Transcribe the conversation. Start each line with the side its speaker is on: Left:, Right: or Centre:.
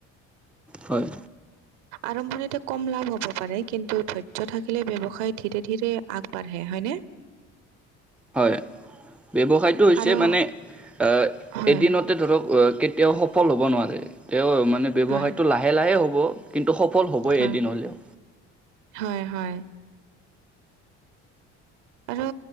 Centre: হয়,
Right: আৰম্ভণিতো কম লাভ হ'ব। পৰে কিন্তু ধৈৰ্য থাকিলে ব্যৱসায় ধীৰে ধীৰে আগবাঢ়ে হয়নে?
Centre: হয়, ব্যৱসায়টো হৈছে
Right: আৰু
Centre: মানে অ
Right: হয়
Centre: এদিনতে ধৰক কেতিয়াও সফল হ'ব নোৱাৰে। তেওঁ মানে ব্যৱসায়টো
Right: হয়
Centre: লাহে লাহে হ'ব কিন্তু সফল হ'বই
Right: হয়
Centre: এদিন হ'লেও।
Right: হয় হয়। আৰু